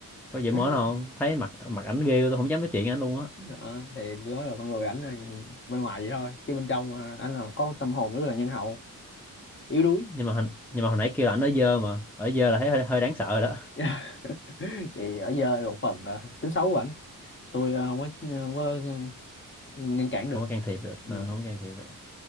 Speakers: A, in the centre; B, on the left.
A: có dễ
B: <laughs>
A: mến không thấy mặt mặt ảnh ghê tôi không dám nói chuyện với ảnh luôn á
B: đó, thì nói là con người ảnh là bên ngoài vậy thôi chứ bên trong à, anh là có tâm hồn rất là nhân hậu yếu đuối
A: nhưng mà hồi, nhưng mà hồi nãy kêu là ảnh ở dơ mà ở dơ là thấy hơi, hơi đáng sợ rồi đó
B: <laughs> thì ở dơ là một phần à, tính xấu của ảnh tôi ờ, không có không có ờ, ngăn
A: <laughs>
B: cản
A: không
B: được
A: có can thiệp được
B: ừ,
A: Ờ, không can thiệp được